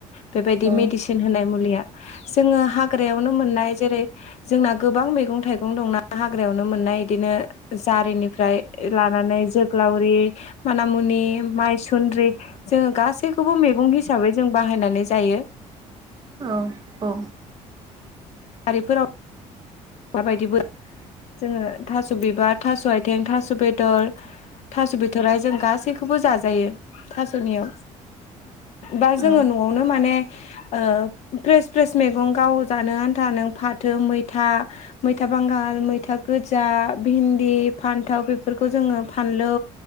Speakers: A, on the left; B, on the right.
A: बेबायदि
B: औ
A: मेडिसिन होनाय मुलिया जोङो हाग्रायावनो मोननाय जेरै जोंना गोबां मैगं थाइगं दंना हाग्रायावनो मोननाय बिदिनो जारिनिफ्राय लानानै जो ग्लावरि मानामुनि माइसुन्द्रि जोङो गासैखौबो मैगं हिसाबै जों बाहायनानै जायो
B: औ औ
A: बारिफोराव दाबायदि बो जोङो थास बिबार थास आथिं थास बेदर थास बिथराय जों गासैखौबो जाजायो थासनियाव दा
B: औ
A: जोङो न'आवनो माने ओ फ्रेस फ्रेस मैगं गाव जानो आन्था नों फाथो मैथा मैथा बांगाल मैथा गोजा भिन्दि फान्थाव बेफोरखौ जोङो फानलौ